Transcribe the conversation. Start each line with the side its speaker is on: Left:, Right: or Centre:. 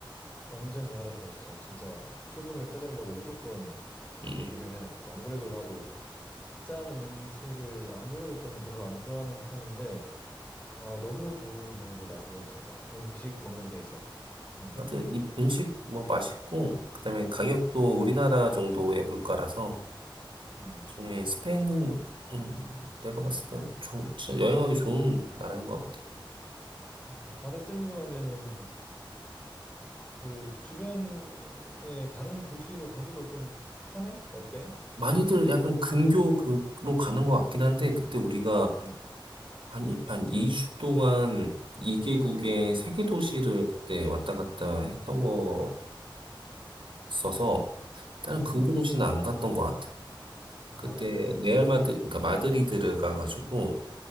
Left: 완전히 알아들었어. 진짜 소금을 빼달라고 무조건
Right: 응, 응.
Left: 얘기를 해야겠다. 안 그래도 나도 짠 음식을 안 그래도 좀 별로 안 좋아하는 편인데 아 너무 좋은 정보다. 그건 진짜 음식 먹는 데 있어서. 음,
Right: 하여튼 이 음식 뭐 맛있고 그다음에 가격도 우리나라 정도의 물가라서
Left: 음.
Right: 나중에 스페인은 음, 내가 봤을 땐 조, 진짜 여행하기 좋은 나라인 것 같아.
Left: 그래서 바르셀로나면은 그 주변에 다른 도시로 가기도 좀 편해? 어때?
Right: 많이들 약간 근교 그로 가는 것 같긴 한데 그때 우리가
Left: 음,
Right: 한, 이- 한 2주 동안 2개국의 세개 도시를 그때 왔다 갔다 했던 거 써서 다른
Left: 음.
Right: 근교
Left: 음.
Right: 도시는 안 갔던 것 같아. 그때
Left: 아 그래.
Right: 레알 마드 그러니까 마드리드를 가가지고